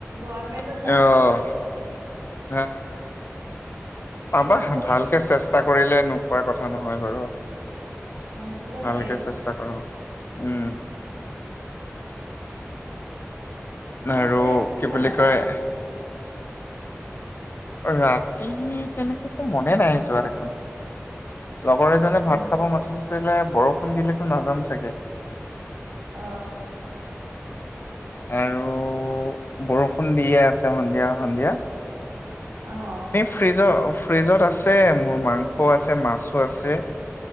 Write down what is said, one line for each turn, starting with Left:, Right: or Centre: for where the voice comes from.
Right: গমেন্টত
Left: অহ আ হা পাবা
Right: ইমান পৰি
Left: ভালকে চেষ্ট- টা কৰিলে নোপোৱাৰ কথা নহয় বাৰু
Right: অ সেইটোতো
Left: ভালকে
Right: হয়ে
Left: চেষ্টা অ উম।
Right: কোৱা
Left: আৰু
Right: পিয়ে ৰাতি কি
Left: বুলি
Right: বনাবা?
Left: কয় ৰাতি তেনেকে একো মনে নাই যোৱা দেখোন লগৰ এজনে
Right: অ
Left: ভাত খাব মাতিছিলে বৰষুণ দিলেটো নাযাম চাগে।
Right: অ।
Left: আৰু বৰষুণ দিয়ে আছে সন্ধিয়া সন্ধিয়া
Right: অ।
Left: ফ্ৰিজ ফ্ৰিজত আছে মোৰ মাংসও আছে, মাছো আছে।